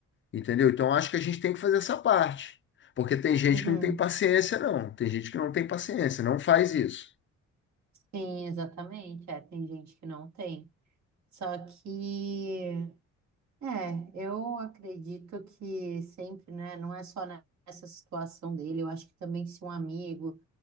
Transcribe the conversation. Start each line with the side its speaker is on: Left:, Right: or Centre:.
Left: Entendeu? Então acho que a gente tem que fazer essa parte. Porque tem gente
Right: Uhum.
Left: que não tem paciência, não. Tem gente que não tem paciência, não faz isso.
Right: Sim, exatamente. É, tem gente que não tem. Só que É, eu acredito que sempre, né? Não é só ne- nessa situação dele. Eu acho que também se um amigo